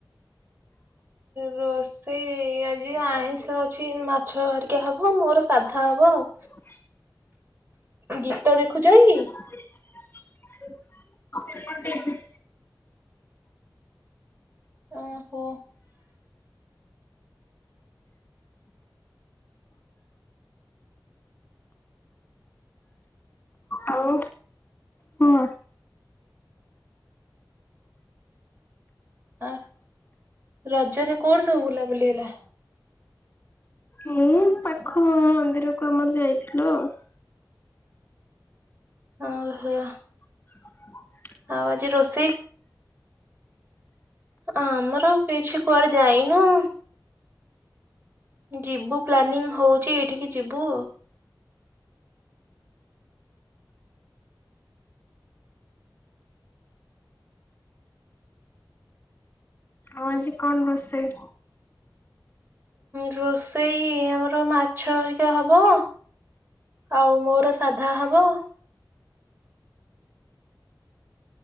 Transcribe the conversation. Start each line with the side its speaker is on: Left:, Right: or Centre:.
Right: ରୋଷେଇ ଆଜି ଆଇଁଷ ଅଛି ମାଛ ହେରିକା ହବ ମୋର ସାଧା ହବ ଆଉ।
Left: ହ
Right: ଗୀତ ଦେଖୁଛକି?
Left: <inaudible>
Right: ଓହୋ।
Left: ଆଉ ହଁ
Right: ଆ ରଜରେ କୋଉଠି ସବୁ ବୁଲାବୁଲି ହେଲା?
Left: ଏଇ ପାଖ ମନ୍ଦିରକୁ ଆମର ଯାଇଥିଲୁ ଆଉ।
Right: ଓହୋ।
Left: ଆ
Right: ଆଉ ଆଜି ରୋଷେଇ? ଆମର କିଛି କୁଆଡେ ଯାଇନୁ। ଯିବୁ ପ୍ଲାନିଂ ହୋଉଛି ଏଇଠିକି ଯିବୁ।
Left: ଆଉ ଆଜି କଣ ରୋଷେଇ?
Right: ରୋଷେଇ ଆମର ମାଛ ହେରିକା ହବ ଆଉ ମୋର ସାଧା ହବ।